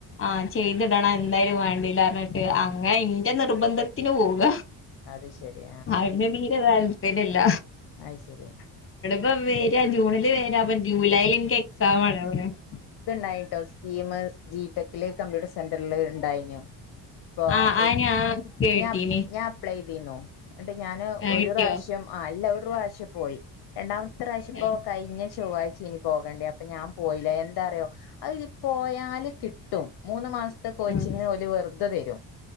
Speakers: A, on the left (about 30°); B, on the left (about 55°).
A: ആഹ് ചെയ്തിടണം എന്തായാലും വേണ്ടില്ല അറഞ്ഞിട്ട് അങ്ങനെ ഇന്റ നിർബന്ധത്തിന് പോവ്ക
B: അത് ശരി
A: അയിന് തീരെ വാ പിന്നെല്ല
B: ആയ് ശെരി
A: വവ്വേ <unintelligible> ജൂണില് പ്പ ജൂലൈല് എനിക്ക് എക്സാമാണ് <unintelligible>
B: <unintelligible> സ്കീമ് ജീ ട്ടെ ക്കില് കമ്പ്യൂട്ടർ സെന്റർല് ഉണ്ടായിനു അപ്പൊ
A: ആഹ്
B: ഇപ്പ്
A: അത് ഞാൻ കേട്ടീനി
B: ഞാൻ ഞാൻ അപ്ലൈയ്തീന്നു എന്ന്ട്ട് ഞാന്
A: ആ
B: ഒരു
A: കിട്ടിയോ
B: പ്രാശ്യം അല്ല ഒ റുപ്രാശ്യ പോയി രണ്ടാമത്തറ ഇപ്പോ
A: ആ
B: കഴിഞ്ഞ ചൊവ്വാഴ്ച്ചേനി പോകേണ്ടേ അപ്പൊ ഞാൻ പോയി ല്ല എന്താറ്യോ അഅ് ഞ് പോയാല് കിട്ടും മൂന്ന് മാസത്ത കോച്ചിങ്
A: ആ
B: ഓല് വെറ ഇപ്പ വെരും